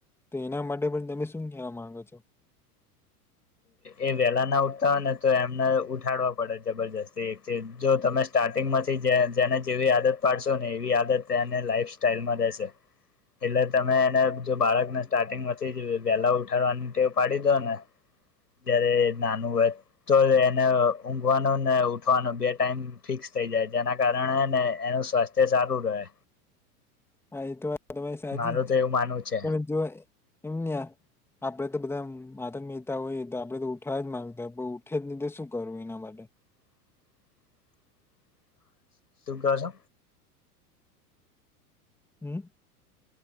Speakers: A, in the centre; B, on the left (about 85°).
A: તો એના માટે પણ તમે શું કહેવા માંગો છો.
B: એ વેલા ના ઉઠતા હોય ને તો એમને ઉઠાડવા પડે જબરજસ્તી એક જો તમે સ્ટાર્ટિંગ માંથી જેને જેવી આદત પાડશો ને એવી આદત તેને લાઈફ સ્ટાઈલમાં રહેેશે એટલે તમે એને જો બાળકને સ્ટાર્ટિંગમાંથી વેલા ઉઠાડવાની ટેવ પાડી દો ને જયારે નાનું હોય તો એને ઊંઘવાનું ને ઉઠવાનો બે ટાઈમ ફિક્સ થઈ જાય જેના કારણેને એનું સ્વાસ્થ્ય સારું રહે
A: હા એ તો <unintelligible> તમારી સાચ
B: મારું
A: જ છે
B: તો એવું માનવું છે
A: પણ જો એમને આપડે તો બધા માતા મહેતા હોયએ તો આપડે તો ઉઠાવવા જ માંગતા પણ ઉઠે જ નહી તો શું કરવું એના માટે
B: હ. સુકો છે.
A: હમ.